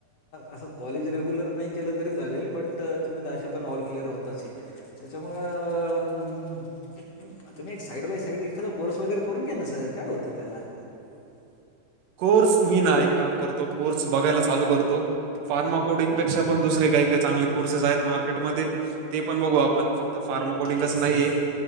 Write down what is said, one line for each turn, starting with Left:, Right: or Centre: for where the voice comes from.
Left: असं कॉलेज रेग्युलर नाही केलं तरी चालेल, बट तुम्ही त् असे पण ऑल क्लिअर होता. ताचे त्याच्यामुळं, अ तुम्ही एक साईड बाय साईड एखादा कोर्स वगैरे करून घ्या ना सर, काय होतं त्याला.
Right: कोर्स मी ना एक काम करतो, कोर्स बघायला चालू करतो. फार्मा कोडिंगपेक्षा पण दुसरे काही काही चांगले कोर्सेस आहेत मार्केटमध्ये, ते पण बघू आप पण फक्त फार्मा कोडिंगच
Left: येस
Right: नाहीये,
Left: येस